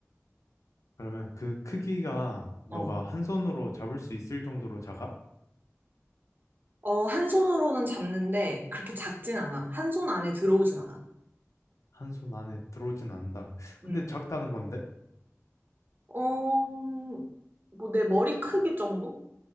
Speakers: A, on the left (about 80°); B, on the right (about 40°).
A: 그러면 그 크기가 너가
B: 어.
A: 한 손으로 잡을 수 있을 정도로 작아?
B: 어, 한 손으로는 잡는데, 그렇게 작진 않아. 한 손 안에 들어오진 않아.
A: 한 손 안에 들어오진 않는다.
B: 음,
A: 근데 작다는 건데?
B: 어, 뭐, 내 머리 크기 정도?